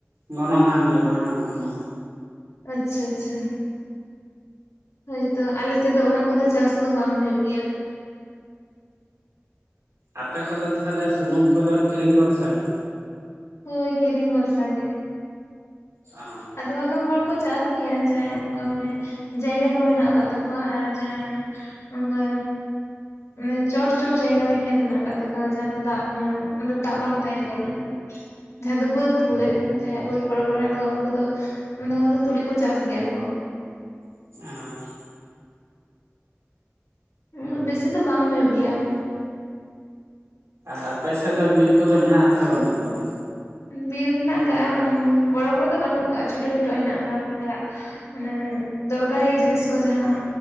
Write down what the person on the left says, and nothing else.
ᱟᱪᱪᱷᱟ ᱟᱪᱪᱷᱟ ᱦᱳᱭᱛᱳ ᱟᱞᱮ ᱥᱮᱫ ᱫᱚ ᱚᱱᱟ ᱠᱚᱫᱚ ᱪᱟᱥ ᱫᱚ ᱵᱟᱝ ᱦᱩᱭᱩᱜ ᱜᱮᱭᱟ ᱾
ᱦᱳᱭ ᱠᱤᱨᱤᱧ ᱵᱷᱚᱨᱥᱟ ᱜᱮ ᱾
ᱟᱫᱚᱢ ᱟᱫᱚᱢ ᱦᱚᱲ ᱠᱚ ᱪᱟᱥ ᱜᱮᱭᱟ᱾ ᱡᱟᱦᱟᱸᱭ ᱚᱱᱠᱟ ᱢᱟᱱᱮ ᱡᱟᱭᱜᱟ ᱠᱚ ᱢᱮᱱᱟᱜ ᱟᱠᱟᱫ ᱛᱟᱠᱚᱣᱟ ᱟᱨ ᱡᱟᱦᱟᱸᱭ ᱢᱟᱱᱮ ᱚᱱᱠᱟ ᱢᱟᱱᱮ ᱪᱚᱴ ᱪᱚᱴ ᱡᱟᱭᱜᱟ ᱨᱮ ᱠᱷᱮᱛ ᱢᱮᱱᱟᱜ ᱟᱠᱟᱫ ᱛᱟᱠᱚᱣᱟ᱾ᱡᱟᱦᱟᱸ ᱫᱚ ᱫᱟᱜ ᱢᱟᱱᱮ ᱚᱸᱰᱮ ᱫᱟᱜ ᱵᱟᱝ ᱛᱟᱦᱮᱱ ᱜᱮᱭᱟ ᱩᱱᱟᱹᱜ ᱡᱟᱦᱟᱸ ᱫᱚ ᱵᱟᱹᱫᱽ ᱵᱚᱞᱮ ᱡᱟᱦᱟᱸᱭᱟᱜ ᱵᱟᱹᱫᱽ ᱵᱚᱲᱚ ᱵᱚᱲᱚ ᱦᱮᱱᱟᱜ ᱛᱟᱠᱚᱣᱟ ᱩᱱᱠᱩ ᱫᱚ ᱚᱱᱟ ᱨᱮ ᱛᱩᱲᱤ ᱠᱚ ᱪᱟᱥ ᱜᱮᱭᱟ ᱠᱚ᱾
ᱩᱱᱟᱹᱜ ᱵᱮᱥᱤ ᱫᱚ ᱵᱟᱝ ᱦᱩᱭᱩᱜ ᱜᱮᱭᱟ ᱾
ᱵᱤᱨ ᱢᱮᱱᱟᱜ ᱟᱠᱟᱫ ᱵᱚᱲᱚ ᱵᱚᱲᱚ ᱫᱚ ᱵᱟᱹᱱᱩᱜ ᱟᱠᱟᱜᱼᱟ ᱪᱷᱳᱴᱳ ᱪᱷᱳᱴᱳ ᱦᱮᱱᱟᱜ ᱟᱠᱟᱫ ᱚᱸᱰᱮᱭᱟᱜ ᱢᱟᱱᱮ ᱫᱚᱨᱠᱟᱨᱤᱭᱟᱹ ᱡᱤᱱᱤᱥ ᱠᱚ ᱡᱟᱦᱟᱸ